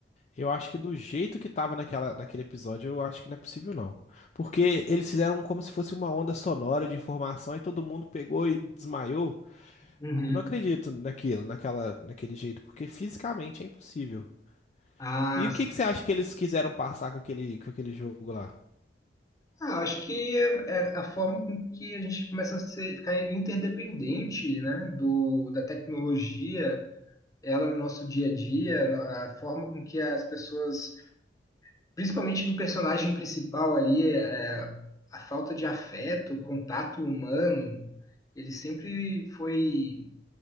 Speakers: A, on the left; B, on the left.
A: Eu acho que do jeito que tava naquela, naquele episódio, eu acho que não é possível, não. Porque eles fizeram como se fosse uma onda sonora de informação e todo mundo pegou e desmaiou.
B: Uhum.
A: Eu não acredito naquilo, naquela, naquele jeito, porque fisicamente é impossível.
B: Ah,
A: E o
B: s-
A: que que você acha que eles quiseram passar com aquele, com aquele jogo lá?
B: ah, acho que é é a forma com que a gente começa a ser- ficar interdependente, né, do, da tecnologia, ela no nosso dia a dia, a forma com que as pessoas Principalmente do personagem principal ali, é, a falta de afeto, o contato humano, ele sempre foi